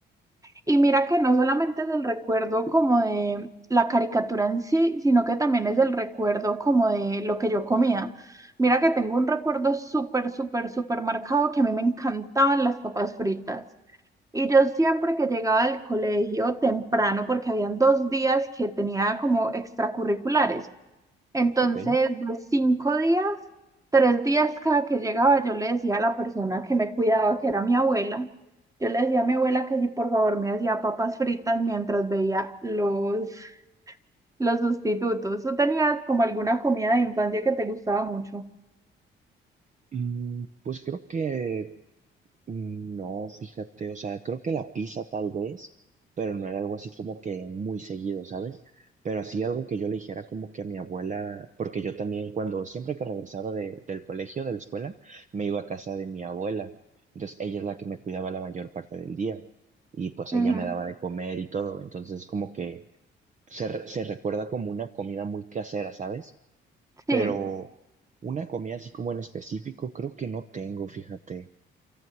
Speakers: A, on the right; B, on the right.
A: Y mira que no solamente es el recuerdo como de la caricatura en sí, sino que también es el recuerdo como de lo que yo comía. Mira que tengo un recuerdo súper, súper, súper marcado que a mí me encantaban las papas fritas. Y yo siempre que llegaba al colegio temprano, porque habían dos días que tenía como extracurriculares, entonces,
B: Ok.
A: de cinco días, tres días cada que llegaba, yo le decía a la persona que me cuidaba, que era mi abuela, yo le decía a mi abuela que si por favor me hacía papas fritas mientras veía los, los sustitutos. ¿Tú tenías como alguna comida de infancia que te gustaba mucho?
B: Mm, Pues creo que No, fíjate, o sea, creo que la pizza tal vez, pero no era algo así como que muy seguido, ¿sabes? Pero así algo que yo le dijera como que a mi abuela, porque yo también cuando siempre que regresaba de- del colegio, de la escuela, me iba a casa de mi abuela. Entonces ella es la que me cuidaba la mayor parte del día y pues
A: Ujú.
B: ella me daba de comer y todo. Entonces como que se, re- se recuerda como una comida muy casera, ¿sabes?
A: Sí.
B: Pero una comida así como en específico, creo que no tengo, fíjate.